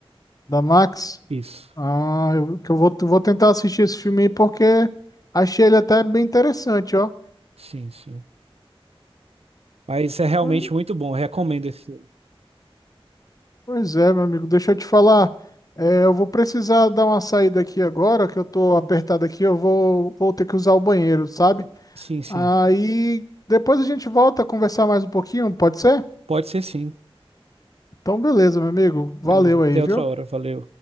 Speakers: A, on the left (about 35°); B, on the right (about 85°).
A: Da Max?
B: Isso.
A: Ah, eu, que eu vou, vou tentar assistir esse filme aí porque achei ele até bem interessante, ó.
B: Sim, sim. Mas é realmente
A: Pois
B: muito bom, recomendo esse. filme.
A: pois é, meu amigo, deixa eu te falar. É, eu vou precisar dar uma saída aqui agora, que eu tô apertado aqui, eu vou, vou ter que usar o banheiro, sabe?
B: Sim, sim.
A: Aí depois a gente volta a conversar mais um pouquinho, pode ser?
B: Pode ser sim.
A: Então, beleza, meu amigo. Valeu
B: Beleza, até
A: aí, viu?
B: outra hora, valeu.